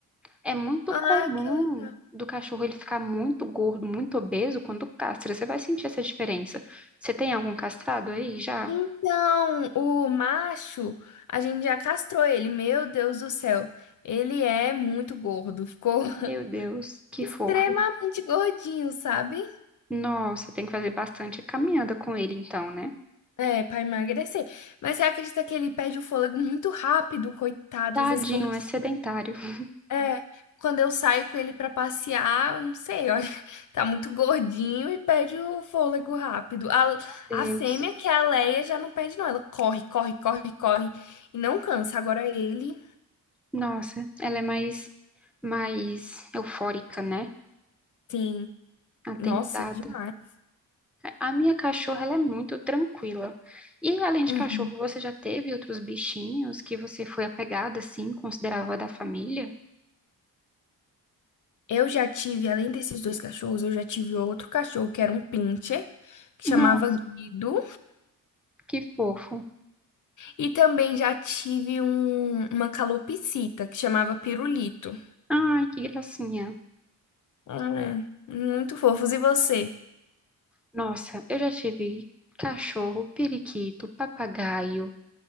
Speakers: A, in the centre; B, on the left.
A: É muito
B: Ah,
A: comum
B: que legal.
A: do cachorro ele ficar muito gordo, muito obeso quando castra. Você vai sentir essa diferença. Você tem algum castrado aí já?
B: Então, o macho, a gente já castrou ele. Meu Deus do céu. Ele é muito gordo. Ficou
A: Meu Deus,
B: <laughs>
A: que
B: extremamente
A: fofo.
B: gordinho, sabe?
A: Nossa, tem que fazer bastante caminhada com ele então, né?
B: É, pra emagrecer. Mas você acredita que ele perde o fôlego muito rápido, coitado?
A: Tadinho,
B: Às vezes, quando
A: é sedentário. Meu
B: É, quando eu saio com ele pra passear, eu não sei, olha, <laughs> tá muito gordinho e perde o fôlego rápido. A,
A: Deus.
B: a fêmea, que é a Leia, já não perde, não. Ela corre, corre, corre, corre e não cansa. Agora ele,
A: Nossa, ela é mais, mais eufórica, né?
B: sim,
A: Atentada.
B: nossa, demais.
A: A minha cachorra, ela é muito tranquila. E além de
B: Uhum.
A: cachorro, você já teve outros bichinhos que você foi apegada, assim, considerava da família?
B: Eu já tive, além desses dois cachorros, eu já tive outro cachorro que era um pincher, que
A: Nossa,
B: chamava Guido,
A: que fofo.
B: e também já tive um, uma calopsita que chamava Pirulito.
A: Ai, que gracinha.
B: Ah, é. Muito fofos. E você?
A: Nossa, eu já tive cachorro, periquito, papagaio,